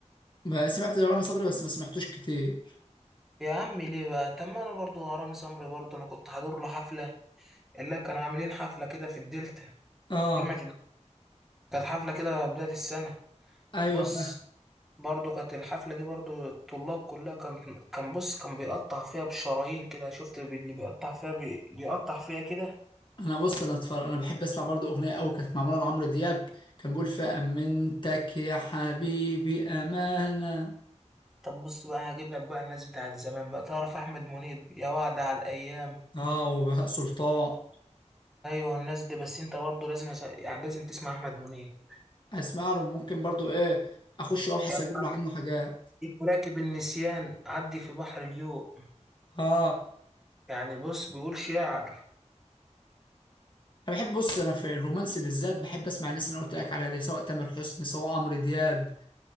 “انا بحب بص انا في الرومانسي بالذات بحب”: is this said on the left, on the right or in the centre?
Left